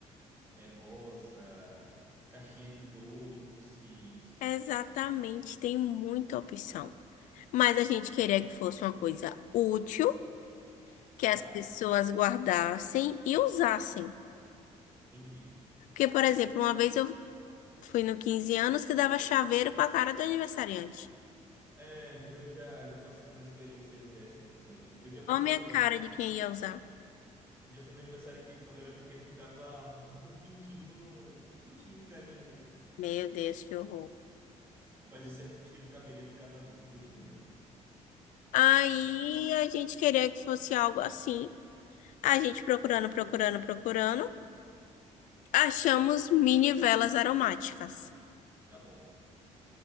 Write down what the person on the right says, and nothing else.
é rosa, caixinha de doces.
Tá,
entendi.
É, eu já, já passei por experiências dessa também. Eu já fui
no,
eu já fui no aniversário que, quando eu era pequeno, que dava <laughs> um pintinho no, um pintinho de galinha mesmo.
Mas isso acho que não caberia no casamento. Continue.
Tá bom.